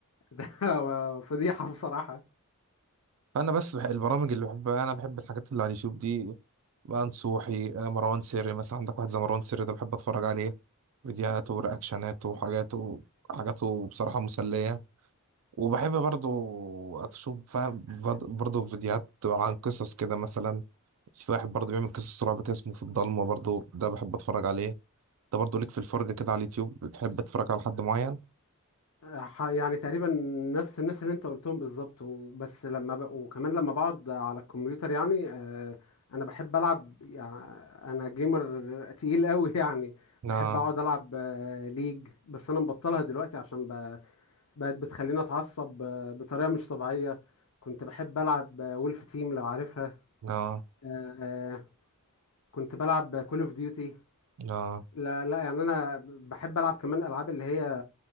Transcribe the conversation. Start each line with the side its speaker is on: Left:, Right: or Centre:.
Left: <laughs> ده فضيحه بصراحه
Right: فانا بس بح... البرامج اللي بحبها انا بحب الحاجات اللي على اليوتيوب دي بقى نصوحي آه، مروان سري مثلا عندك واحد زي مروان سري ده بحب اتفرج عليه فيديوهاته ورياكشناته وحاجاته حاجاته بصراحة مسلية وبحب برضو اشوف فاهم فد- برضو فيديوهات عن قصص كده مثلا في واحد برضو بيعمل قصص رعب كده اسمه في الضلمة برضو ده بحب اتفرج عليه ده برضو ليك في الفرجة كده على اليوتيوب بتحب تتفرج على حد معين؟
Left: ح- يعني تقريبا نفس الناس اللي انت قلتهم بالظبط و- بس لما ب... وكمان لما بقعد على الكمبيوتر يعني آه، انا بحب العب يعني انا جيمر تقيل قوي <laughs> يعني
Right: لا
Left: بحب اقعد العب آه، ليج بس انا مبطلها دلوقتي عشان ب... بقت بتخليني اتعصب آه، بطريقة مش طبيعية كنت بحب العب آه، وولف تيم لو عارفها
Right: لا
Left: آه، آه، كنت بلعب كول اوف ديوتي
Right: لا
Left: لا لا يعني انا بحب العب كمان العاب اللي هي